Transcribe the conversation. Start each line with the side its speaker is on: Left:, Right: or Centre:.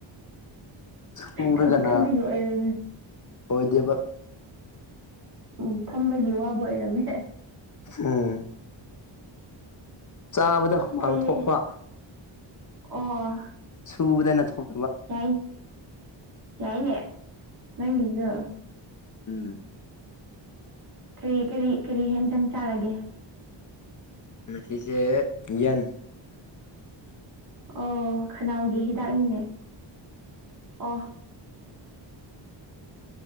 Left: ꯄꯔ
Right: ꯊꯕꯛ
Left: ꯀꯅꯥ
Right: ꯀꯟꯕꯒꯤ ꯑꯣꯏꯔꯅꯦ
Left: ꯑꯣꯏꯗꯤ
Right: ꯎꯝ ꯊꯝꯕꯒꯤ ꯋꯥꯕ ꯑꯣꯏꯔꯝꯃꯦ
Left: ꯎꯝ ꯆꯥꯕꯗ ꯍꯨꯃꯥꯡ
Right: ꯀꯔꯤ
Left: ꯊꯣꯛꯣꯛꯄ
Right: ꯑꯣ
Left: ꯁꯕꯗ ꯅ ꯊꯣꯛ
Right: ꯌꯥ ꯌꯥꯏꯅꯦ ꯅꯪꯁꯨ
Left: ꯎꯝ
Right: ꯀꯔꯤ ꯀꯔꯤ ꯀꯔꯤ ꯍꯦꯟꯖꯪ ꯆꯥꯔꯒꯦ
Left: ꯉꯁꯤꯁꯦ ꯎꯌꯦꯟ
Right: ꯑꯣ ꯈꯅꯥꯎꯒꯤ ꯍꯤꯗꯥꯛꯅꯤꯅꯦ ꯑꯣ